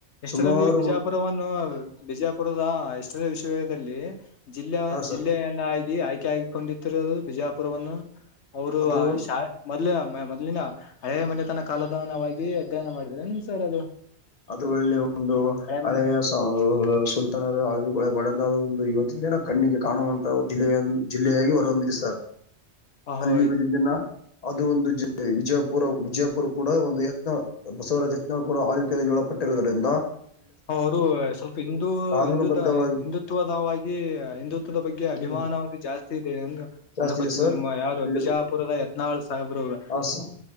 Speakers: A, on the left (about 80°); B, on the left (about 35°).
A: ಎಷ್ಟರಲ್ಲಿ
B: ಸುಮಾರು
A: ಬಿಜಾಪುರವನ್ನು ಬಿಜಾಪುರದ ಎಷ್ಟರಲ್ಲಿ ವಿಷಯದಲ್ಲಿ ಜಿಲ್ಲೆಯ
B: ಹಾ ಸರ್
A: ಜಿಲ್ಲೆಯನ್ನಾಗಿ ಆಯ್ಕೆ ಹಾಕಿಕೊಂಡಿಿರುದು ಬಿಜಾಪುರವನ್ನು ಅವರು
B: ಅದು
A: ಶಾ ಮೊದಲಿನ ಮ ಮೊದ್ಲಿನ ಹಳೇ ಮನೆತನ ಕಾಲದಾನವಾಗಿ ಅಧ್ಯಯನ ಮಾಡಿದಾರೆನ್ ಸರ್ ಅದು
B: ಅದುಳ್ಳಲ್ಲಿ ಒಂದು
A: ಹಳೆ
B: ಹಳೆಯ
A: ಮನೆ
B: ಸುಲ್ತಾನರು ಹಳ್ ಒಡ ಒಂದು ಇವತ್ತಿನ ಜನ ಕಣ್ಣಿಗೆ ಕಾಣುವಂತ ಜಿಲ್ಲೆಯ ಜಿಲ್ಲೆಯಾಗಿ ಹೊರ ಹೊಂದಿದೆ ಸರ್
A: ಓಹೋ
B: ಅಲ್ಲಿ ಹದಿದ ದಿನ ಅದು ಒಂದು ವಿಜಯಪುರ ವಿಜಯಪುರ್ ಕೂಡ ಒಂದು ಎತ್ನಾ ಬಸವರಾಜ್ ಕೂಡ ಆಳ್ವಿಕದಲ್ಲಿ ಒಳಪಟ್ಟಿರುವುದರಿಂದ
A: ಅವರು ಸ್ವಲ್ಪ ಹಿಂದೂ
B: ಕಾನೂನುಬದ್ಧವಾಗಿ
A: ಹಂದು ದ ಹಿಂದುತ್ವದವಾಗಿ ಹಿಂದುತ್ವದ ಬಗ್ಗೆ ಅಭಿಮಾನ
B: ಹ್ಮ್
A: ಜಾಸ್ತಿ ಇದೆ
B: ಜಾಸ್ತಿ
A: ಅ
B: ಇದೆ ಸರ್
A: ನಿಮ್ಮ ಯಾರು
B: ಅಲ್ಲಿ
A: ಬಿಜಾಪುರದ ಹತ್ನಾಳ್ು ಸಾಬರುೋಗ
B: ಆ ಸ-